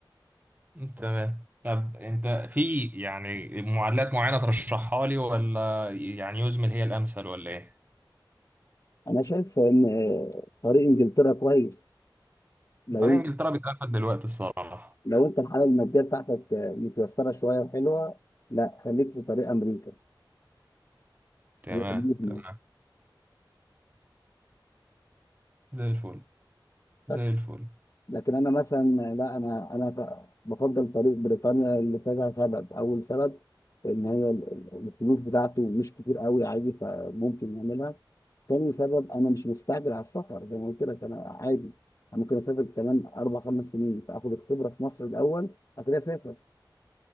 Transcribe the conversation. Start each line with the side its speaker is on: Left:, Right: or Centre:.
Right: تمام طب انت في يعني معادلات معينة ترشحها لي ولا يعني يزمل هي الامثل ولا ايه؟
Left: انا شايف ان آه، طريق انجلترا كويس لو
Right: طريق
Left: انت
Right: انجلترا بيتقفل دلوقتي الصراحة
Left: لو انت الحاله الماديه بتاعتك آه، متيسره شويه وحلوه لا خليك في طريق امريكا
Right: تمام
Left: هي حدود
Right: تمام زي الفل زي
Left: بس
Right: الفل
Left: لكن انا مثلا آه، لا انا انا ف- بفضل طريق بريطانيا لكذا سبب اول سبب ان هي ال- ال- الفلوس بتاعته مش كتير قوي عادي فممكن يعملها تاني سبب انا مش مستعجل على السفر زي ما قلت لك انا عادي انا ممكن اسافر كمان اربع خمس سنين فاخد الخبره في مصر الاول بعد كده اسافر